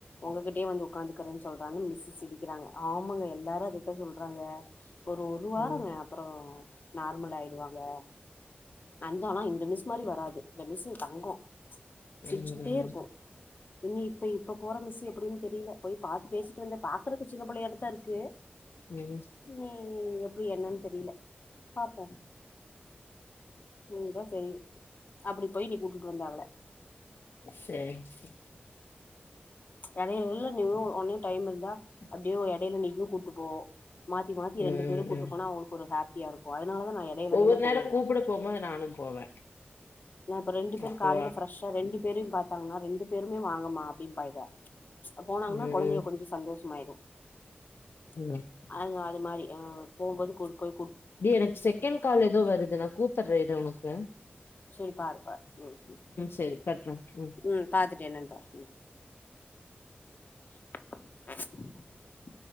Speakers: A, on the left; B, on the left.
A: உங்ககிட்டயே வந்து உக்காந்து க்குரே சொல்றாங்க மிஸ்ஸு சிரிக்கிறாங்க ஆமாங்க எல்லாரு அதுத்தா சொல்றாங்க ஒரு ஒரு வாரோங்க
B: ம்
A: அப்புறோ நார்மல் ஆய்டுவாங்க அந்தானா இந்த மிஸ் மாரி வராது இந்த மிஸ்சு தங்கோ சிரிச்சுக்குட்டே
B: ம் ம்.
A: இருக்கு இனி இப்பய் இப்ப போற மிஸ் எப் ப்டும் தெரில போய் பாத்து பேசிட்டு வந்து பாக்கறக்கு சின்ன புள்ளையாட்டோ தா இர்க்கு
B: ம்
A: நீ எப் இ என்னன் தெரில பாப்போ பூரா செய்யு அப்படி போய் நீ கூட்டுட்டு வந்த அவ்ள
B: சர் செ
A: எடைய் இல்ல நிவ்வு ஒனே டைம் இருந்தா அப்டியே உ எடைய்ல நீயு கூட்டு போ மாத்தி மாத்தி
B: ம்
A: ரெண்டு பேரு கூட்டு
B: ம்
A: போனா அவ்ங்ளுக் ஒரு ஹாப் யா இர்க்கு அத் னாலாதா நா எடைய் எடைய்ல
B: ஒவ்வொரு
A: போய்ர்வே
B: நேரோ கூப்புட போம்போது நானு போவே
A: நா இப்ப ரெண்டு பேரு
B: அப்போ
A: காலைல ஃப்ரெஷ்ஷா ரெண்டு பேரயு பாத்தாங்கனா ரெண்டு பேருமே வாங்கமா அப்டின் பா இவ போனாங்கன்னா
B: ம்
A: கொழந்தைங்க கொஞ்சோ சந்தோஷ் <unintelligible>
B: ம்
A: அது அது மாரி யாங் போம்போது குருக்கு
B: டி எனக்கு செகண்ட் கால் எதோ வருது நா கூப் பர்ற இரு உனக்கு
A: சரி பாரு பாரு ம் ம்
B: சரி கட் பண்ணு
A: ம் பாத்துட்டே என்னனு பாரு ம் <inaudible>